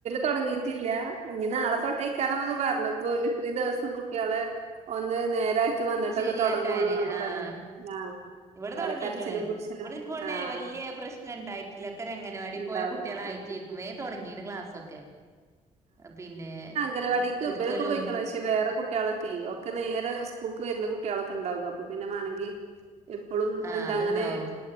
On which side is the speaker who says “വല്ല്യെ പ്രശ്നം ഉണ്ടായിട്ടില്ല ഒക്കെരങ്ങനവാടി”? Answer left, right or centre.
Right